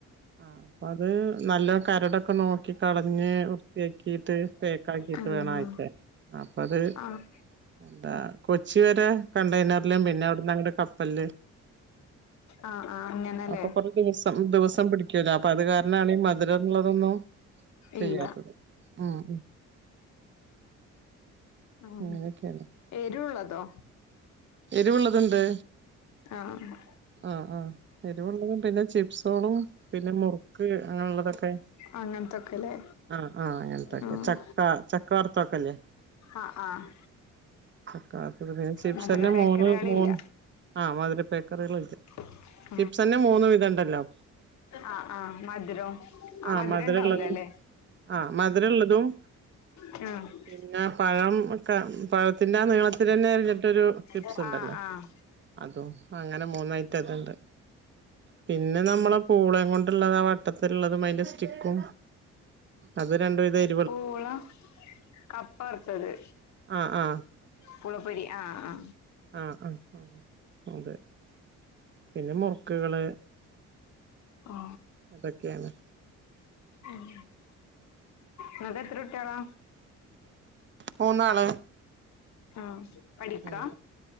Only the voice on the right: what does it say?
ആഹ് അപ്പൊ അത് നല്ല കരടൊക്കെ നോക്കി കളഞ്ഞ് വൃത്തിയാക്കിട്ട്. പേക്കാ ആക്കിട്ട്
വേണം അയക്കാൻ അപ്പ അത്.
എന്താ കൊച്ചി വരെ കണ്ടെയ്നറിലും പിന്നെ അവിടന്നങ്ങട് കപ്പലില്
അപ്പൊ കൊറേ ദിവസം ദിവസം പിടികൂലേ അപ്പൊ അത് കാരണാണ് ഈ മധുരം എന്നുള്ളതൊന്നും ചെയ്യാത്തത്.
ആഹ് ആഹ്
അങ്ങനെയൊക്കെയാണ്
എരിവുള്ളതുണ്ട്
ആഹ് ആഹ് എരിവുള്ളതും പിന്നെ ചിപ്സാളും പിന്നെ മുറുക്ക് അങ്ങനെുള്ളതൊക്കെ.
ആഹ് ആഹ് അങ്ങനത്തൊക്കെ
ചക്ക ചക്ക വർതൊക്കല്ലേ
<unintelligible> ചിപ്സ്
തന്നെ
മൂന്ന് മൂന്ന് ആഹ് മധുര പേക്കറികളില്ല.
ചിപ്സന്നെ മൂന്നും വിധം ഇണ്ടല്ലോ?
ആഹ്
മധുരള്ളതും
ആഹ് മധുരള്ളതും
പിന്നെ പഴം ഒക്കെ പഴത്തിന്റെ ആ നീളത്തിലെന്നെ അരിഞ്ഞിട്ട് ഒരു ചിപ്സ്
ഇണ്ടല്ലോ?
അതും അങ്ങനെ മൂന്നായി റ്റംതുണ്ട് പിന്നെ നമ്മള പൂളോം കൊണ്ടുള്ളത് ആ വട്ടത്തിലുള്ളതും അതിന്റെ സ്റ്റിക്കും അത് രണ്ട് വിധമായി.
ആഹ് ആഹ്
ആഹ ആ ആ അതെ. പിന്നെ മുറുക്കുകള്.
അതൊക്കെയാണ്.
മൂന്നാള്.
ഉം